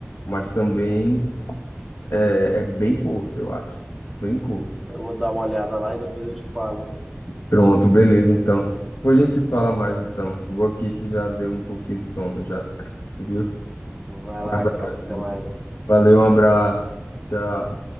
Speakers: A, on the left; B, in the centre.
A: mas também é, é bem curto, eu acho. Bem curto.
B: Eu vou dar uma olhada lá e depois eu te falo.
A: Pronto, beleza, então. Depois a gente se fala mais, então. Vou aqui que já deu um pouquinho de sono, já. <laughs> Viu?
B: Vai lá,
A: Cada
B: cara.
A: hora.
B: Até mais.
A: Valeu, um abraço. Tchau.